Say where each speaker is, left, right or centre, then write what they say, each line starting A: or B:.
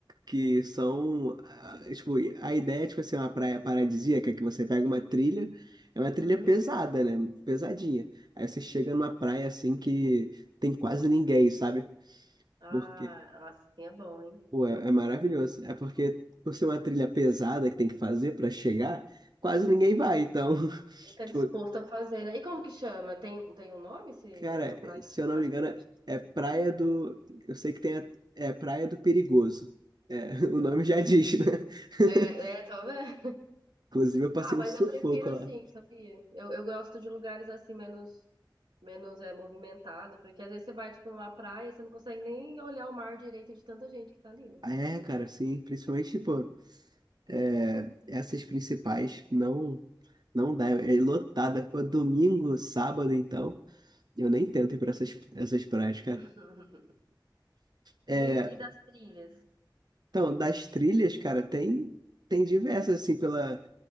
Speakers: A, on the right; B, on the right.
A: que são, ah, tipo, a ideia é, tipo assim, uma praia paradisíaca, que você pega uma trilha, é uma trilha
B: Uhum.
A: pesada, né? Pesadinha. Aí você chega numa praia, assim, que tem quase ninguém, sabe?
B: Ah,
A: Porque
B: nossa, assim é bom, hein?
A: Pô, é, é maravilhoso. É porque, por ser uma trilha pesada que tem que fazer pra chegar, quase ninguém vai. Então, <laughs>
B: Ele tá
A: tipo,
B: disposto a fazer, né? E como que chama? Tem, tem um nome, esse,
A: cara,
B: essa praia
A: se eu não
B: mais
A: me engano,
B: privativa?
A: é Praia do. Eu sei que tem a... é Praia do Perigoso. É, <laughs> o
B: Uhum.
A: nome já diz, né? <laughs>
B: É, é, talvez.
A: Inclusive, eu passei
B: Ah, mas
A: um sufoco
B: eu prefiro assim,
A: lá.
B: sabia? Eu, eu gosto de lugares assim menos menos é movimentado, porque às vezes você vai tipo numa praia, você não consegue nem olhar o mar direito de tanta gente que tá ali, né?
A: Ah, É, cara, sim. Principalmente, tipo, é, essas principais não não dá. É lotada. Pô, domingo, sábado, então. Eu nem tento ir pra essas, essas praias, cara.
B: <laughs>
A: É,
B: E, e das trilhas?
A: Então, das trilhas, cara, tem tem diversas assim pela